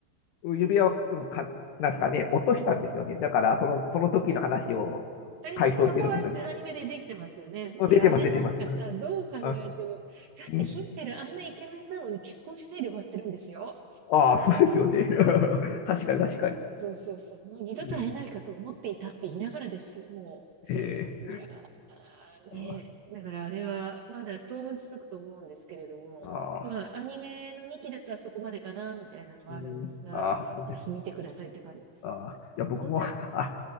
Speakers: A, on the left (about 70°); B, on the right (about 70°).
A: 指輪を、うんか、なんですかね、落としたんですよね。だから、その、その時の話を回想してるんですよね。
B: ありま、そこはアニメでできてますよね。
A: うん出てます、
B: いや、あれなんかさ、
A: 出てます。
B: どう考えても、
A: あ、
B: だってヒンペルあんなイケメンなのに結婚してで終わってるんですよ。
A: うん。ああ、そうですよね。<laughs> 確かに、確かに。
B: そうそうそう。もう二度と会えないかと思っていたって言いながらですよ、
A: うん。
B: も
A: え
B: う。いやー、ねだからあれは、
A: ー
B: まだ当分続くと思うんですけれども、
A: ああ、
B: まあ、アニメの2期だったらそこまでかな、みたいなのはあるんですが、
A: うん。ああ、もうじゃ
B: ぜひ見てくださいって感じ。
A: ああ、いや、僕も、
B: 同じ
A: あ、